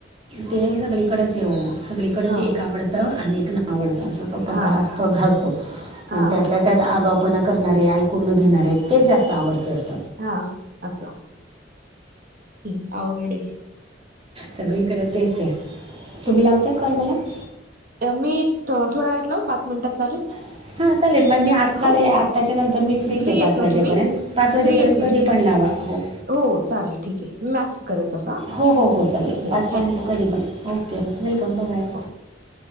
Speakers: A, on the right (about 30°); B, on the right (about 50°).
A: ते हाय सगळीकडेच ये ओ सगळीकडेच,
B: हा
A: एक आवडतं आणि एक ना आवडत. असा तो प्रकार
B: हा
A: असतोच असतो.
B: हा
A: त्यातल्या त्यात आगाव पना करणारे, ऐकून न घेणारे, तेच जास्त आवडते असते.
B: <inaudible> हा अस, <inaudible> <unintelligible> अवघडे <inaudible>
A: सगळीकडे तेच आहे. <inaudible> तुम्ही लावताय कॉल मला
B: हम् <inaudible> मी थोडा वेळात लावु पाच मिनिटात चालेल,
A: <inaudible> हाच चालेल मग मी आत्ता
B: हो
A: आत्ताच्या नंतर मी फ्रीच
B: फ्री
A: आहे पाच
B: येत ना
A: वाजेपर्यंत
B: तुम्ही
A: पाच वाजेपर्यंत
B: फ्री येत ना
A: कधी
B: तुम्ही
A: पण लावा हो,
B: हो चालेल ठीक आहे मी मेसेज करेल तसा,
A: हो हो हो चालेल
B: हो
A: पाचपर्यंत कधी पण ओके वेलकम, बाय
B: <inaudible> -
A: बाय
B: <unintelligible> - <inaudible>